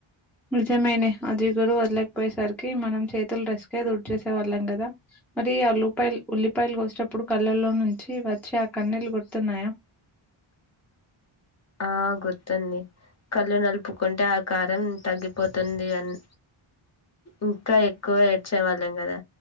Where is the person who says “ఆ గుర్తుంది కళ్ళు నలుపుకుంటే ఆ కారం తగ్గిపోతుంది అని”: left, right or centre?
Left